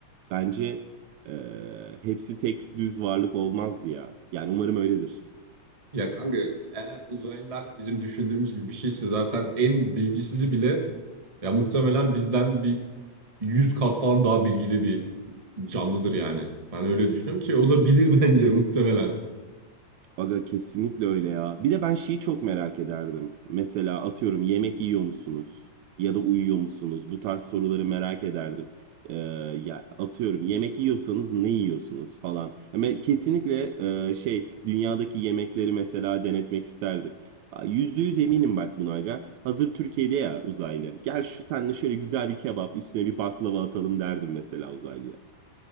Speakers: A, on the right; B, on the right.
A: bence e, hepsi tek düz varlık olmaz ya. Yani umarım öyledir.
B: Ya kanka eğer uzaylılar bizim düşündüğümüz gibi bir şeyse zaten en bilgisizi bile ya muhtemelen bizden bir 100 kat falan daha bilgili bir canlıdır yani. Ben öyle düşünüyorum ki o da bilir <laughs> bence muhtemelen.
A: Aga kesinlikle öyle ya. Bir de ben şeyi çok merak ederdim. Mesela atıyorum yemek yiyor musunuz? Ya da uyuyor musunuz? Bu tarz soruları merak ederdim. Ee, ya atıyorum yemek yiyorsanız ne yiyorsunuz falan. Ama kesinlikle e, şey dünyadaki yemekleri mesela denetmek isterdim. Aa, Yüzde yüz eminim bak buna aga. Hazır Türkiye'de ya uzaylı. Gel şu senle şöyle güzel bir kebap üstüne bir baklava atalım derdim mesela uzaylıya.